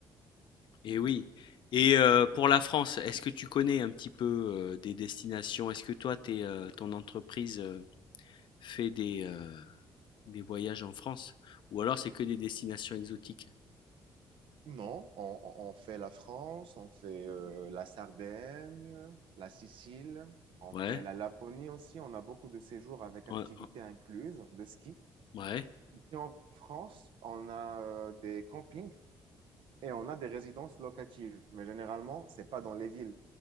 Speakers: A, on the left (about 65°); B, on the right (about 75°).
A: et oui. Et euh, pour la France, est-ce que tu connais un petit peu euh, des destinations? Est-ce que toi, t'es, euh, ton entreprise euh, fait des, euh, des voyages en France? Ou alors c'est que des destinations exotiques?
B: Non, on, on- on fait la France, on fait euh, la Sardaigne, la Sicile, on
A: Ouais,
B: fait la Laponie aussi. On a beaucoup de séjours avec activités
A: ouais,
B: incluses de ski.
A: ouais.
B: Ici en France, on a euh, des campings et on a des résidences locatives. Mais généralement, c'est pas dans les villes.